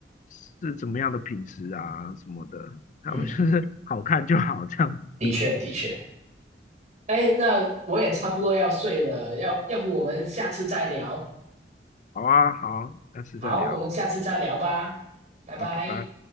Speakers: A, on the left; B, on the right.
A: 是怎么样的品质啊什么的，他们就是好看就好，
B: 嗯，
A: 这样。
B: 的确的确。哎，那我也差不多要睡了，要要不我们下次再聊？
A: 好啊，好，下次再聊
B: 好，我们下次再聊吧，拜拜。
A: 啊，拜拜。